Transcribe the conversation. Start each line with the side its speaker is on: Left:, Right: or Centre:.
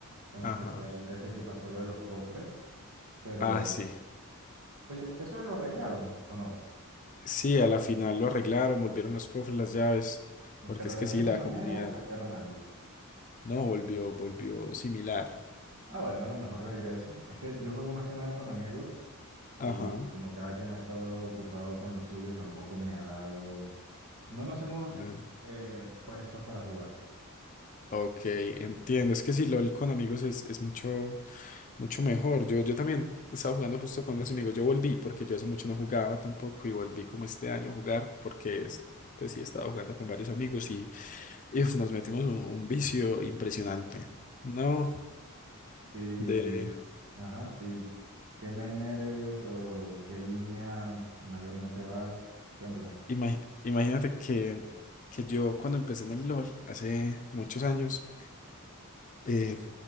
Right: en
Left: Ajá.
Right: especial desde que pasó lo de los cofres, pero
Left: Ah, sí.
Right: oye, ¿eso lo arreglaron o no?
Left: Sí, a la final lo arreglaron, volvieron los cofres, las llaves, porque
Right: ¿Pero
Left: es
Right: de
Left: que
Right: la
Left: sí,
Right: misma
Left: la
Right: manera
Left: comunidad
Right: o cambiaron algo?
Left: no volvió, volvió similar.
Right: Ah, bueno, a lo mejor regreso. Es que yo juego más que nada con amigos
Left: Ajá.
Right: y como cada quien ha estado ocupado con lo suyo, tampoco me ha dado... No nos hemos
Left: Mm.
Right: eh, puestos para jugar.
Left: Ok, entiendo. Es que si LOL con amigos es, es mucho. Mucho mejor. Yo, yo también estaba jugando justo con unos amigos. Yo volví porque yo hace mucho no jugaba tampoco y volví como este año a jugar porque es- pues sí estaba jugando con varios amigos y, y, uf, nos metimos un, un vicio impresionante. No,
Right: Y...
Left: de
Right: Ajá, ¿y qué main eres o qué línea mayormente vas? Cuéntame.
Left: imagi- imagínate que, que yo cuando empecé en el LOL hace muchos años, eh,